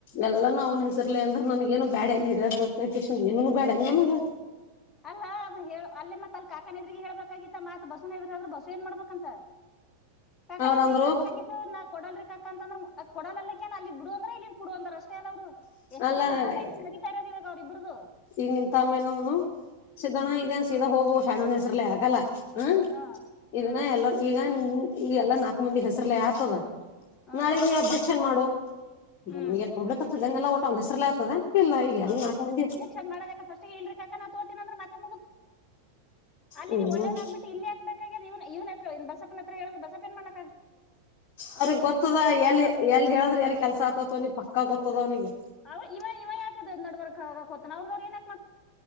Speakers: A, on the left (about 40°); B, on the left (about 15°).
A: ಎಲ್ಲಾ ಅವ್ನ್ ಹೆಸರ್ಲಿ ಅಂದ್ರೆ ನನ್ಗೇನು ಬ್ಯಾಡ ಏನ್ ಹಿರ ಗೊತ್ತಕಿಶಾಂದ ನ್ ಏನೂ ಬೇಡೇನ್ ನನಗ
B: ಅಲ್ಲ ಅದ ಅಲ್ಲಿ ಮತ್ತ ಅಲ್ಲಿ ಕಾಕನೆದ್ರಿಗ ಹೇಳ್ಬೇಕಾಗಿತ್ತ ಮಾತ್ ಬಸವನದ್ರ ಬಸ್ಸು ಏನ್ ಮಾಡ್ಬೇಕಂತ ಕಾಕನ
A: ಅವ್ರಂದ್ರು
B: ಇದರಿಗಿ ಹೇಳ್ಬೇಕಾಗಿತ್ತು ನಾ ಕೊಡ ರೀ ಕಂಕತಂದ್ರ ಕೊಡಲಲ್ಲಕಿ ಏನ ಅಲ್ಲಿದ ಬಿಡು ಅಂದ್ರೆ ಇಲ್ಲಿ ಬಿಡು ಅಂದರೆ ಅಷ್ಟೆ ಅಲ್ಲೆ ಅವ್ರು ಎಕ್ಸ್ಚೇಂಜ್
A: ಅಲ್ಲಾ
B: ತಾನೇ ಇದು ನಡತಾ ಇರೋದು ಇವಾಗ ಅವ್ರ ಇಬ್ರದು.
A: ಈಗ ನಿಮ್ಮ ತಮ್ಮನ ಏನ ಅವನು ಸಿದ್ದಣ್ಣ ಇದೇನ್ ಸೀದಾ ಹೋಗು ಶರಣ ಅಣ್ಣ ಹೆಸರ್ಲೆ ಆಗಲ್ಲ ಹ್ಮ
B: ಹ
A: ಇದನ್ನ
B: ಹ
A: ಎಲ್ಲ ಈಗ ನಿ ಈ ನಾಲ್ಕು ಮಂದಿ ಹೆಸರಲ್ಲೆ ಆತದ
B: ಹ
A: ನಾಳಿಗ ನೀ ಅಬ್ಜೆಕ್ಷನ್ ಮಾಡು ಈಗ
B: ಹ್ಮ್
A: ನನಗೆನ್ ಕೂಡ್ಲಕ್ ಆತದಲ್ಲಾ ಒಟ್ ಅವನ ಹೆಸ್ರಲ್ಲೇ ಆತದೇನ ಇಲ್ಲ ಆ ಈಗ ನಾಲ್ಕು ಮಂದಿ
B: ವಿಚಾರ ಮಾಡಬೇಕು ಪಸ್ಟಿಗಿ ಇಲರಿ ಕಾಕಾ ತೋತನೀ ಅಂದ್ರತ್ತ ಅಲ್ಲಿ
A: ಹ್ಮ್
B: ನೀವು ಒಳ್ಳೆನ್ ಆಗ್ಬಿಟ್ಟ ಇಲ್ಲಿ ಹಾಕ್ಬೇಕ ಅಗ್ಯಾದ ಇವ್ವನ ಹತ್ರ ಇ ಬಸಪನ ಹತ್ರ ಹೇಳೋದ ಬಸಪ ಏನ್ ಮಾಡತಾನ
A: ಅವರಿಗಿ ಗೊತ್ತದ
B: ಕಾಕಾ
A: ಎಲ್ಲಿ ಹೇಳಿದ್ರ ಎಲ್ಲಿ ಕೆಲ್ಸ ಆಗ್ತತ್ ಅವ್ನಿಗೆ ಪಕ್ಕ ಗೊತ್ತದ ಅವ್ನಿಗೆ.
B: ಅವ ಇವ ಇವ ಯಾಕದ್ ನಡಬರಕ ಹೊತನ ಅವ್ರದವ್ರ ಏನಕ